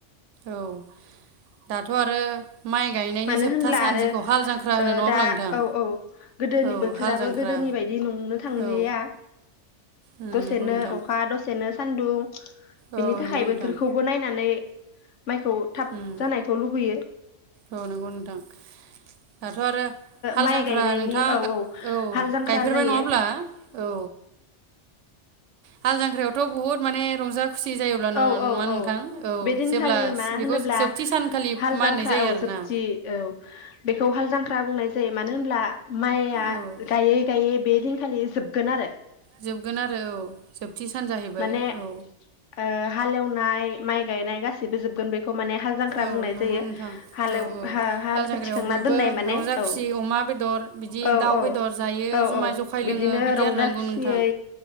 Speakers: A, on the right; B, on the left.
A: औ दाथ आरो माइ गायनायनि
B: मानो
A: जोबथा
B: होनब्ला
A: सान
B: आरो
A: जेखौ हाल जांख्रा होनो नङा
B: दा
A: अब्ला नोंथां
B: औ औ गोदो
A: औ
B: बोथोराबो
A: हाल जांख्रा
B: गोदोनि बायदि नंनो थांलिया
A: औ उम
B: दसेनो
A: नंगौ नोंथां
B: अखा दसेनो सान्दुं बिनि
A: औ
B: थाखाय
A: नंगौ नोंथां
B: बोथोरखौबो नायनानै माइखौ थाब
A: उम
B: जानायखौ लुबैयो
A: औ नंगौ नोंथां दाथ आरो हाल
B: माइ
A: जांख्रा
B: गायनायनि
A: नोंथाङा
B: औ
A: औ
B: हाल जांख्रा
A: गायफेरबाय
B: जायो
A: नङाब्ला औ हाल जांख्रायावथ बुहुत माने रंजा खुसि जायोब्ला
B: औ
A: नङा
B: औ औ
A: नोंथां औ
B: बेदिनखालि
A: जेब्ला
B: मा होनोब्ला
A: बेखौ जोबथि सानखालि
B: हाल
A: मानिनाय
B: जांख्रा
A: जायो
B: औ
A: आरोना
B: जोबथि औ बेखौ हाल जांख्रा बुंनाय जायो मानो होनब्ला माया
A: औ
B: गायै गायै बे दिनखालि जोबगोन आरो
A: जोबगोन आरो औ जोबथि सान जाहैबाय
B: माने
A: औ।
B: ओ हालेवनाय माइ गायनाय गासिबो जोबगोन बे खौ माने हाल जांख्रा
A: औ
B: बुंनाय
A: नंगौ
B: जायो
A: नोंथां
B: हाल
A: औ औ
B: हालखौ
A: हाल जांख्रायाव
B: थिखांना
A: बयबो
B: दोननाय माने
A: रंजा
B: औ
A: खुसि अमा बेदर बिदि
B: औ
A: दाउ
B: औ
A: बेदर जायो
B: औ
A: जुमाय
B: औ
A: जखाय
B: बिदिनो
A: लोङो बिदि
B: रंजा
A: आरो नंगौ
B: खुसियै
A: नोंथां